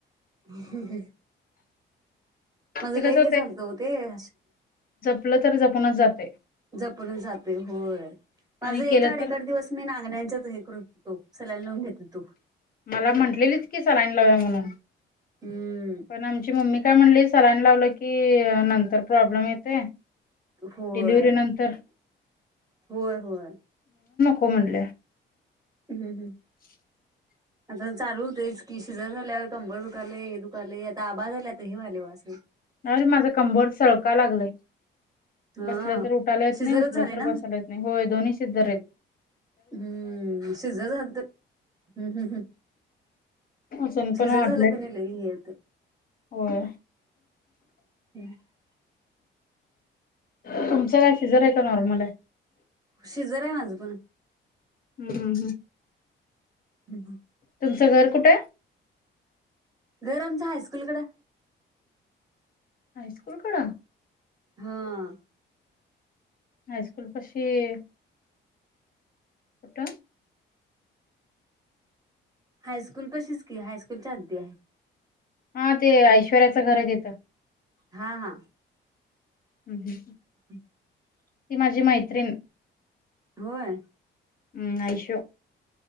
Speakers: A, on the right; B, on the left.
A: ह ह ह मज
B: ते
A: ल
B: कसं
A: हे झाचालत होतेणा
B: आपलं तर जपूनच जाते
A: जपून जाते होय
B: आणि
A: माझ एकाड
B: केलं तर
A: एका दिवस मी नांगण्यांच्याच हे कृततो सलाई लावून घेते तू
B: मला म्हटलेली की सलान लाव्या म्हणून
A: हम्म
B: पण आमची मम्मी काय म्हणली सलाइन लावलं कीइ नंतर प्रॉब्लम येतंय.
A: होय
B: डिलिवरी नंतर.
A: होय होय.
B: को म्हणले.
A: ह्ं हम्मह्म.
B: <inaudible>
A: <inaudible> आता चालू हुतयचकी शिजर झाल्यावर कंबर दुकालय हे दुकालय आता आभाळ झालय आता हे व्हायलय बघास
B: नाहीरे माज कंबोर सळका लागलंय.
A: हा
B: बसलं तर उटायला येत
A: शिजरच
B: नइ उटलं
A: झाले
B: तर
A: ना
B: बसायला येत नइ होय दोन्ही शीजरायत.
A: हम्म शीजर झालंत हम्म हम् हम्.
B: वजन
A: सिजर
B: पण वाढलंय
A: झालकनी लई हे होतंय.
B: होय.
A: <unintelligible>
B: तुमचं काय सिजराय का नॉर्मलाय?
A: शीजराय माझंपन.
B: हंहंहं.
A: हंहं.
B: तुमचं घर कुटाय?
A: घर आमचं हायस्कूलकडं.
B: हायस्कूलकडं?
A: हां.
B: हायस्कूलपशीइ. कुट?
A: हायस्कूल पशीचकी हायस्कूलच्या आद्दी हाय.
B: हां ते ऐश्वर्याच घराय तीत.
A: हां हां.
B: हंहं.
A: <inaudible>
B: ती माजी मैत्रीण.
A: होंय?
B: हम् आय्शू.